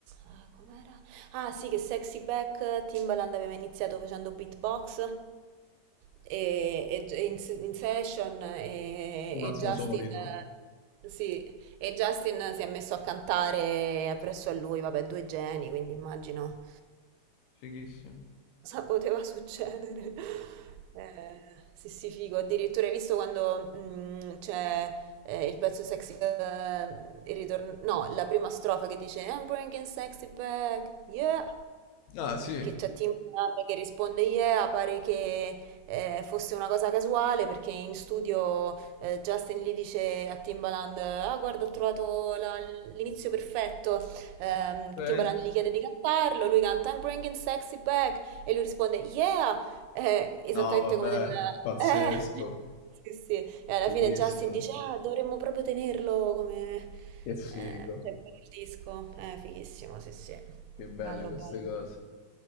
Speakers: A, on the right; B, on the left.
A: ah, com'era? Ah, sì, che Sexy Back Timbaland aveva iniziato facendo beatbox e, e- e in, se- in session e,
B: come al
A: e
B: suo
A: Justin...
B: solito.
A: eh, Sì, e Justin si è messo a cantare presso a lui, vabbè, due geni, quindi immagino
B: Fighissimo.
A: cosa poteva succedere? <laughs> Eh, sì, sì, figo. Addirittura hai visto quando mm, c'è eh, il pezzo sexy, eh, il ritorno, no, la prima strofa che dice I'm bringing sexy back, yeah.
B: Ah, sì,
A: Che c'è Tim Dunn che risponde yeah, pare che eh, fosse una cosa casuale perché in studio eh, Justin gli dice a Timbaland ah guarda ho trovato la- l'inizio perfetto Ehm,
B: ok.
A: Timbaland gli chiede di cantarlo lui canta I'm bringing sexy back e lui risponde, yeah, eh, esattamente
B: No, vabbè,
A: come nel...
B: pazzesco,
A: eh, <laughs> sì, sì. E alla
B: fighissimo.
A: fine Justin dice, ah, dovremmo proprio tenerlo come...
B: Che figo,
A: eh, cioè, per il disco. Eh, fighissimo, sì, sì.
B: che belle
A: Bello,
B: queste
A: bello.
B: cose.